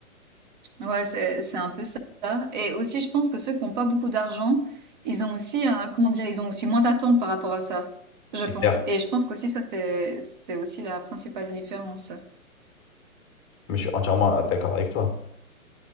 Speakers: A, on the right; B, on the left.
A: Ouais, c'est, c'est un peu ça. Et aussi, je pense que ceux qui n'ont pas beaucoup d'argent, ils ont aussi, un- comment dire, ils ont aussi moins d'attentes par rapport à ça, je
B: C'est
A: pense.
B: clair.
A: Et je pense qu'aussi, ça, c'est, c'est aussi la principale différence.
B: Mais je suis entièrement d'accord avec toi.